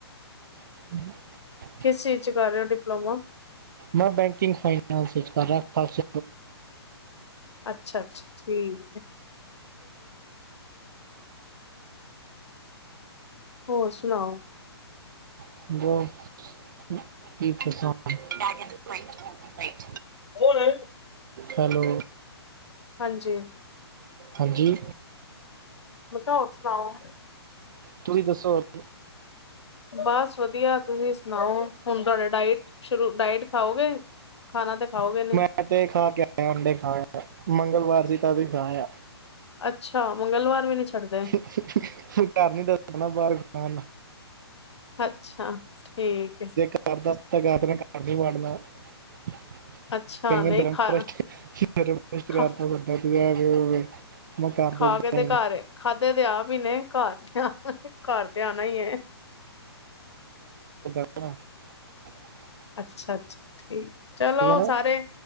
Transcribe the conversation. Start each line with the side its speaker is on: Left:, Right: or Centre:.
Right: <unintelligible>
Left: ਕਿਸ ਚੀਜ਼ 'ਚ' ਕਰ ਰਹੇ ਓ ਡਿਪਲੋਮਾ
Right: ਮੈਂ ਬੈਂਕਿੰਗ ਫਾਈਨਸ ਵਿੱਚ ਕਰ ਰਿਹਾ ਖਾਲਸ
Left: ਅੱਛਾ-ਅੱਛਾ, ਠੀਕ ਐ। ਹੋਰ ਸੁਣਾਉ।
Right: <unintelligible>
Left: <unintelligible>
Right: ਹੈਲੋ।
Left: ਹਾਂਜੀ।
Right: ਹਾਂਜੀ
Left: ਮੱਕਾ ਹੋਰ ਸੁਣਾਉ।
Right: ਤੁਸੀ ਦੱਸੋ ਹੋਰ।
Left: ਬੱਸ ਵਧੀਆ, ਤੁਸੀਂ ਸੁਣਾਉ, ਹੁਣ ਤੁਹਾਡਾ ਡਾਇਟ ਸ਼ੁਰੂ, ਡਾਇਟ ਖਾਓਗੇ ਖਾਣਾ ਤਾਂ ਖਾਓਗੇ ਨੀ
Right: ਮੈ ਤੇ ਖਾ ਕੇ ਆਇਆ ਅੰਡੇ ਖਾ ਮੰਗਲਵਾਰ ਸੀ ਤਾਂ ਵੀ ਖਾਇਆ।
Left: ਅੱਛਾ ਮੰਗਲਵਾਰ ਵੀ ਨੀ ਛੱਡਦੇ
Right: ਹੁਣ ਘਰ ਨੀ ਦੱਸਣਾ ਬਾਹਰ ਖ
Left: ਅੱਛਾ, ਠੀਕ ਏ।
Right: <unintelligible> ਵੰਡਨਾ <unintelligible>
Left: ਅੱਛਾ ਨਹੀਂ
Right: ਕਰ
Left: ਖਾ
Right: ਦਫਾ
Left: ਖਾ
Right: ਹੋਵੇ। ਮੈਂ ਕਰ
Left: ਖਾ
Right: ਦਿੰਦਾ
Left: ਕੇ ਤੇ
Right: ਹੀ ਨਹੀਂ
Left: ਘਰ ਖਾਧੇ ਤੇ ਆ ਵੀ ਨੇ ਘਰ 'ਚ ਘਰ ਤੇ ਆਉਣਾ ਹੀ ਹੈ।
Right: ਹ
Left: ਅੱਛਾ-ਅੱਛਾ ਠੀਕ ਚਲੋ
Right: ਨਾ
Left: ਸਾਰੇ,